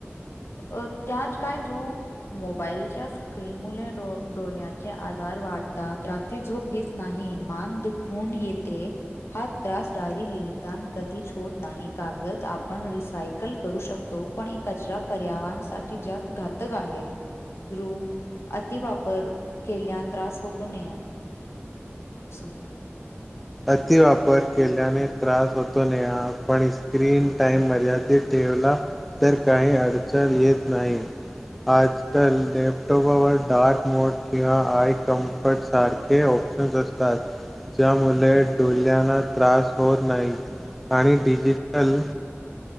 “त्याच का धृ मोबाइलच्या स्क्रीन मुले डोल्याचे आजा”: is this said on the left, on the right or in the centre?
Left